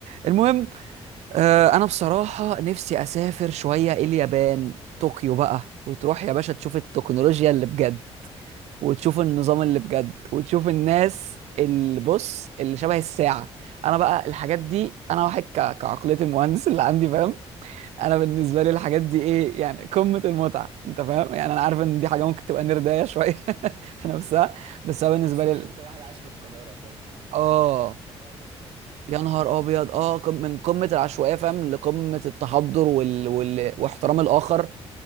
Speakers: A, on the right; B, on the right.
A: المهم آه، انا بصراحه نفسي اسافر شويه اليابان طوكيو بقى وتروح يا باشا تشوف التكنولوجيا اللي بجد وتشوف النظام
B: اه
A: اللي بجد وتشوف الناس اللي بص اللي شبه الساعه انا بقى الحاجات دي انا واحد ك- كعقليه المهندس اللي عندي فاهم انا بالنسبه
B: مم.
A: لي الحاجات دي ايه يعني قمه المتعه انت فاهم
B: مم.
A: يعني انا عارف ان دي حاجه ممكن تبقى نردايه شويه <laughs> في نفسها
B: مم.
A: بس
B: خصوصا
A: هو بالنسبه لي
B: ان
A: ال-
B: انت واحد عايش في القاهره فاهم فالموضوع
A: اه
B: هيبقى <laughs> تغير جذري يعني
A: يا نهار ابيض اه قم- من قمه العشوائيه فاهم لقمه التحضر وال... وال... واحترام الاخر